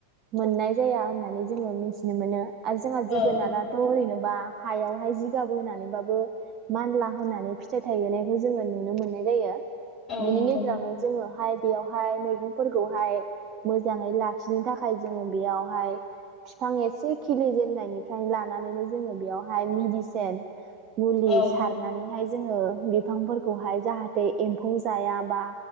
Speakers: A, on the right (about 25°); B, in the centre.
A: मोननाय जाया होननानै जोङो मिथिनो मोनो आरो जोंहा
B: औ
A: जोगोनारा थ' ओरैनोबा हायावहाय जिगाबो होनानैबाबो मानला होननानै फिथाइ थायहोनायखौ जोङो नुनो मोननाय जायो
B: औ
A: बेनि
B: नंगौ
A: गेजेरावनो जोङो हाइ बेयावहाय मैगंफोरखौहाय मोजाङै लाखिनो थाखाय जोङो बेयावहाय बिफां एसे खिलि जेननायनिफ्राय लानानैनो जोङो बेयावहाय मिडिसेन मुलि
B: औ
A: सारनानैहाय जोङो बिफांफोरखौहाय जाहाथे एम्फौ जाया बा